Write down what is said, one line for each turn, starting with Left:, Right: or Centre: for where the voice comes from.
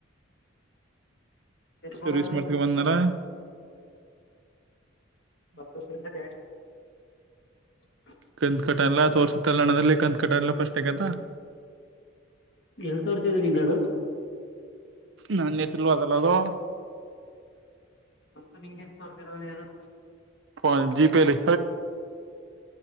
Right: ಸರ್ವಿಸ್
Left: ಕೊಟ್ಟೋಗ್ರ
Right: ಮಾಡ್ಕ ಬಂದನಾರ.
Left: ಬು ಸಿ ಕ <inaudible>
Right: ಕತ್ ಕಟ ಎಲ್ಲ ತೋರ್ಸಿದ ತಲಣದಲ್ಲಿ ಕ ಕಡಾರಲ್ಲ ಪ್ರಶ್ಗದಾ
Left: ಎಲ್ ತೋರ್ಸಿದೆ ನಿಂಗ ಅದು.
Right: ನನ್ನ ಹೆಸಲ್ವದಲ್ಲ ಅದು.
Left: ಗತ್ತು ನಿಂಗೇನ್ ತೋರ್ತರದು
Right: ಫೋನ್ ಜಿಪೇಲ್ಲಿ.